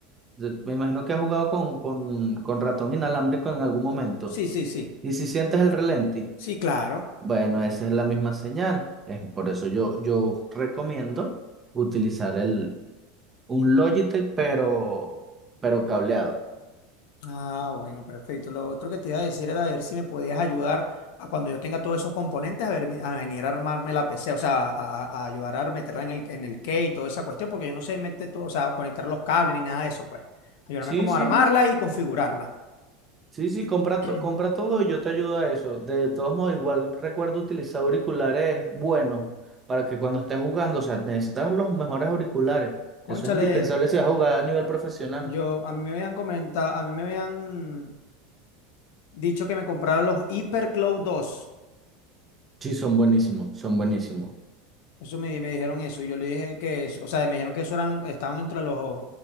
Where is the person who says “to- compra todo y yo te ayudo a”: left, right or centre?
Right